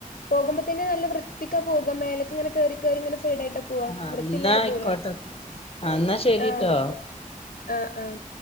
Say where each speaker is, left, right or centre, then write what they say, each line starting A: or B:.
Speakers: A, on the left; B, on the left.
A: പോകുമ്പോത്തേനുനല്ല വൃത്തിക്കുപോകും മേലേക്കിങ്ങനെ കേറി കേറിയിങ്ങനെ സൈഡായിട്ട് പോവും
B: ആഹ്
A: വൃത്തില്ലാതെ
B: എന്നാ ആയിക്കോട്ടെ
A: പോവില്ല
B: ആഹ് എന്നാ ശരിട്ടോ
A: ആഹ് ഓക്കെ ആഹ് ആഹ്